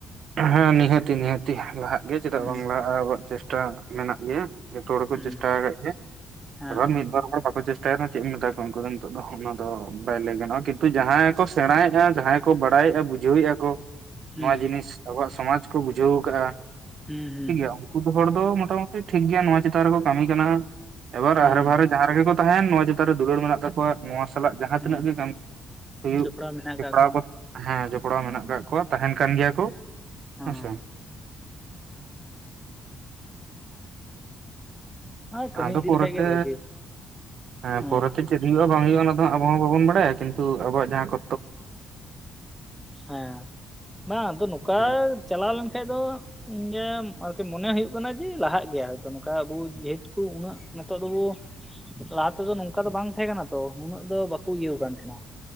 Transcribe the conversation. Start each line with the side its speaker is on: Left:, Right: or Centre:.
Right: ᱦᱮᱸ ᱱᱤᱦᱟᱹᱛᱤ ᱱᱤᱦᱟᱹᱛᱤ ᱞᱟᱦᱟᱜ ᱜᱮ ᱪᱮᱫᱟᱜ
Centre: ᱦᱩᱸ
Right: ᱵᱟᱝ ᱞᱟᱦᱟᱜ-ᱟ ᱟᱵᱚᱣᱟᱜ ᱪᱮᱥᱴᱟ ᱢᱮᱱᱟᱜ ᱜᱮᱭᱟ᱾ ᱡᱷᱚᱛᱚ ᱦᱚᱲ ᱠᱚ
Centre: ᱦᱩᱸ
Right: ᱪᱮᱥᱴᱟ‌ ᱠᱟᱜ ᱜᱮᱭᱟ
Centre: ᱦᱮᱸ
Right: ᱟᱫᱟᱱ ᱢᱤᱫ ᱵᱟᱨ ᱦᱚᱲ ᱵᱚ ᱠᱚ ᱪᱮᱥᱼᱼᱼ ᱪᱮᱜ ᱢᱮᱛᱟ ᱠᱚᱣᱟ ᱩᱱᱠᱩ ᱫᱚ ᱱᱤᱛᱚᱜ ᱫᱚ ᱚᱱᱟ ᱫᱚ ᱵᱟᱭ ᱞᱟᱹᱭ ᱜᱟᱱᱚᱜᱼᱟ ᱠᱤᱱᱛᱩ ᱡᱟᱦᱟᱸᱭ ᱠᱚ ᱥᱮᱬᱟᱭᱮᱫᱼᱟ ᱡᱟᱦᱟᱸᱭᱼᱼᱼ ᱠᱚ ᱵᱟᱲᱟᱭᱮᱜ-ᱟ ᱵᱩᱡᱷᱟᱹᱣᱮᱜᱼᱟ ᱠᱚ
Centre: ᱦᱩᱸ
Right: ᱱᱚᱣᱟ ᱡᱤᱱᱤᱥ ᱟᱵᱚᱣᱟᱜ ᱥᱚᱢᱟᱡ ᱠᱚ ᱵᱩᱡᱷᱟᱹᱣ ᱠᱟᱜ-ᱟ᱾
Centre: ᱦᱩᱸ ᱦᱩᱸ
Right: ᱴᱷᱤᱠᱜᱮᱭᱟ ᱩᱱᱠᱩ ᱫᱚ ᱦᱚᱲ ᱫᱚ ᱢᱟᱴᱟᱢᱩᱴᱤ ᱴᱷᱤᱠᱜᱮᱭᱟ ᱱᱚᱣᱟ ᱪᱮᱛᱟᱱ ᱨᱮᱠᱚ ᱠᱟᱹᱢᱤ ᱠᱟᱱᱟ᱾ ᱮᱵᱟᱨ
Centre: ᱦᱩᱸ
Right: ᱟᱦᱮ ᱵᱟᱦᱨᱮ ᱡᱟᱦᱟᱸ ᱨᱮᱜᱮ ᱠᱚ ᱛᱟᱦᱮᱱ ᱱᱚᱣᱟ ᱪᱮᱛᱟᱱ ᱨᱮ ᱫᱩᱞᱟᱹᱲ ᱢᱮᱱᱟᱜ ᱛᱟᱠᱚᱣᱟ᱾ ᱱᱚᱣᱟ ᱥᱟᱞᱟᱜ ᱡᱟᱦᱟᱸ
Centre: ᱦᱩᱸ
Right: ᱛᱤᱱᱟᱹᱜ ᱜᱮ ᱠᱟᱹᱢᱤ ᱦᱩᱭᱩᱜ
Centre: ᱡᱚᱯᱲᱟᱣ ᱢᱮᱱᱟᱜ
Right: ᱡᱛᱯᱲᱟᱶ
Centre: ᱠᱟᱜ ᱠᱚ
Right: ᱠᱚᱼᱼ ᱦᱮᱸ ᱡᱚᱯᱲᱟᱣ ᱢᱮᱱᱟᱜ ᱠᱟᱜ ᱠᱚᱣᱟ ᱛᱟᱦᱮᱱ ᱠᱟᱱ ᱜᱮᱭᱟ ᱠᱚ᱾
Centre: ᱦᱮᱸ
Right: ᱦᱮ ᱥᱮ
Centre: ᱟᱨ ᱠᱟᱹᱢᱤ
Right: ᱟᱫᱚ
Centre: ᱤᱫᱤ
Right: ᱯᱚᱨᱛᱮ
Centre: ᱞᱮᱠᱷᱟᱡ ᱜᱮ ᱵᱷᱟᱜᱤ
Right: ᱦᱮ
Centre: ᱦᱮᱸ
Right: ᱯᱚᱨᱛᱮᱼᱼᱼ ᱪᱮᱫ ᱦᱩᱭᱩᱜᱼᱟ ᱵᱟᱝ ᱦᱩᱭᱩᱜᱼᱟ ᱚᱱᱟᱫᱚ ᱟᱵᱚ ᱦᱚᱸ ᱵᱟᱵᱚᱱ ᱵᱟᱲᱟᱭᱟ ᱠᱤᱱᱛᱩ ᱟᱵᱚᱣᱟᱜ ᱡᱟᱦᱟᱸ ᱠᱚ᱾
Centre: ᱦᱮᱸ ᱵᱟᱝ ᱟᱫᱚ ᱱᱚᱠᱟ᱾
Right: ᱦᱩᱸ
Centre: ᱪᱟᱞᱟᱣ ᱞᱮᱱ ᱠᱷᱟᱡ ᱫᱚ ᱤᱧᱟᱜ ᱟᱨᱠᱤ ᱢᱚᱱᱮ ᱦᱩᱭᱩᱜ ᱠᱟᱱᱟ ᱡᱮ ᱞᱟᱦᱟᱜ ᱜᱮᱭᱟ ᱦᱚᱭ ᱛᱚ ᱱᱚᱠᱟ ᱟᱵᱚ ᱡᱮᱦᱮᱛᱩ ᱩᱱᱟᱹᱜ ᱱᱮᱛᱟ ᱫᱚᱵᱚᱼᱼᱼ ᱞᱟᱦᱟ ᱛᱮᱫᱚ ᱱᱚᱝᱠᱟ ᱫᱚ ᱵᱟᱝ ᱛᱟᱦᱮᱸ ᱠᱟᱱᱟ ᱛᱚ ᱱᱩᱱᱟᱹᱜ ᱫᱚ ᱵᱟᱠᱚ ᱤᱭᱟᱹᱣ ᱟᱠᱟᱱ ᱛᱟᱦᱮᱸ ᱱᱟᱼᱼᱼ